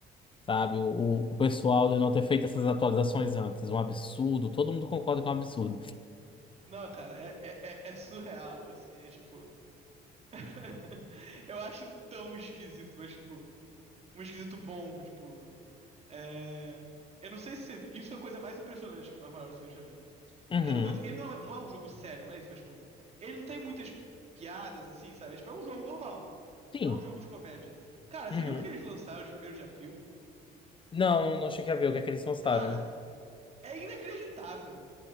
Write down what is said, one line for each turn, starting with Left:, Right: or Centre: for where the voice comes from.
Left: sabe? O, o, o pessoal de não ter feito essas atualizações antes. Um absurdo. Todo mundo concorda que é um absurdo.
Right: Não, cara, é, é, é- é surreal, assim. É tipo. <laughs> Eu acho tão esquisito, mas, tipo, um esquisito bom, tipo. É... Eu não sei se você... Isso é a coisa mais impressionante que o Marvel Rivals fez pra mim.
Left: Uhum.
Right: Porque eu não vou dizer... Ele não é, não é um jogo sério, não é isso, mas, tipo, ele não tem muitas piadas, assim, sabe? É, tipo, é um jogo normal.
Left: Sim.
Right: Não é um jogo de comédia. Cara, você
Left: Uhum.
Right: viu que eles lançaram de primeiro de abril?
Left: Não, não cheguei a ver o que é que eles lançaram.
Right: Cara, é inacreditável.